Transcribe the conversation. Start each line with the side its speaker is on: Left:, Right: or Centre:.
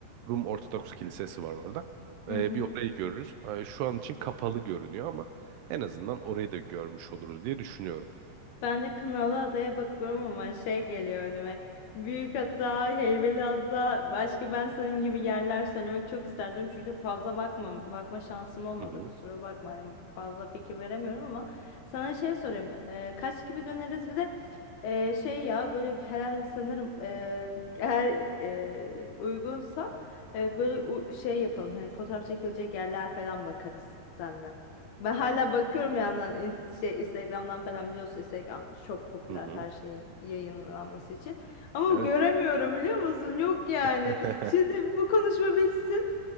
Right: Rum Ortodoks Kilisesi var orada.
Left: Hı
Right: E,
Left: hı.
Right: bir orayı görürüz. E, şu an için kapalı görünüyor ama en azından orayı da görmüş oluruz diye düşünüyorum.
Left: Ben de Kınalıada'ya bakıyorum ama şey geliyor önüme. Büyükada, Heybeliada, başka ben senin gibi yerler söylemek çok isterdim. Çünkü fazla bakma, bakma şansım olmadı.
Right: Hı hı.
Left: Kusura bakma. hani fazla fikir veremiyorum ama sana şey sorayım. Ee, kaç gibi döneriz? Bir de e, şey ya böyle herhalde sanırım e, eğer e, uygunsa e, böyle u- şey yapalım. Hani fotoğraf çekilecek yerler falan bakarız seninle. Ben hala bakıyorum bir yandan ins- şey Instagram'dan falan biliyorsun Instagram çok popüler
Right: Hı hı.
Left: her şey yayınlanması için. Ama
Right: Evet.
Left: göremiyorum biliyor musun? Yok yani.
Right: <laughs>
Left: Şimdi bu konuşma bitsin.